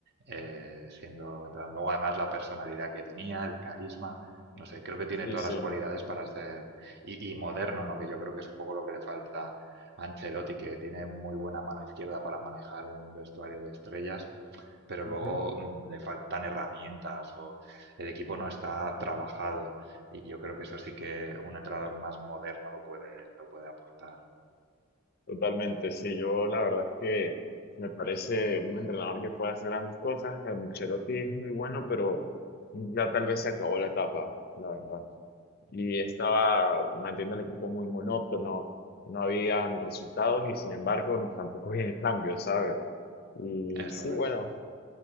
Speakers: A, on the right; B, on the left.
A: eh, siendo entrenador. Luego además la personalidad que tenía, el carisma, no sé, creo que tiene
B: Sí,
A: todas las
B: sí.
A: cualidades para ser y, y moderno, ¿no? Que yo creo que es un poco lo que le falta a Ancelotti, que tiene muy buena mano izquierda para manejar un vestuario de estrellas, pero
B: ujú.
A: luego mm, le faltan herramientas o el equipo no está trabajado. Y yo creo que eso sí que un entrenador más moderno lo puede, lo puede aportar.
B: Totalmente, sí, yo la verdad es que me parece un entrenador que puede hacer grandes cosas. Ancelotti es muy bueno, pero ya tal vez se acabó la etapa, la verdad. Y estaba manteniendo al equipo muy monótono, no habían resultados y sin embargo tampoco había cambios, ¿sabes? Y
A: Eso
B: sí, bueno,
A: es.